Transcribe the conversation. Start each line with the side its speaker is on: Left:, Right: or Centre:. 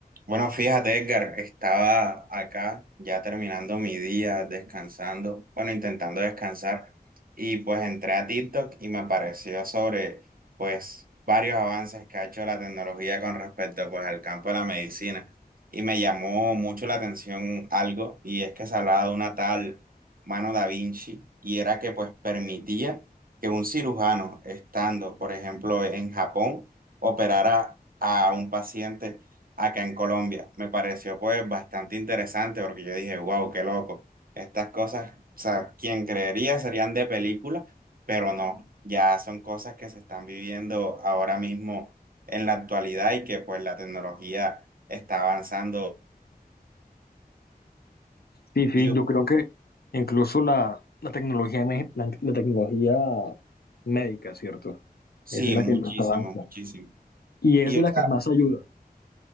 Right: Bueno, fíjate, Edgar, estaba acá ya terminando mi día, descansando, bueno, intentando descansar, y pues entré a TikTok y me apareció sobre, pues, varios avances que ha hecho la tecnología con respecto, pues, al campo de la medicina. Y me llamó mucho la atención algo, y es que se hablaba de una tal mano da Vinci, y era que, pues, permitía que un cirujano, estando, por ejemplo, en Japón, operara a un paciente acá en Colombia. Me pareció pues bastante interesante porque yo dije, wow, qué loco. Estas cosas, o sea, quien creería serían de película, pero no, ya son cosas que se están viviendo ahora mismo en la actualidad y que pues la tecnología está avanzando.
Left: Sí, sí,
Right: Y
Left: yo creo que incluso la, la tecnología, me- la, la tecnología médica, ¿cierto?
Right: sí,
Left: Es de la
Right: muchísimo,
Left: que más avanza
Right: muchísimo.
Left: y es
Right: Y
Left: de
Right: o
Left: la
Right: sea,
Left: que más ayuda.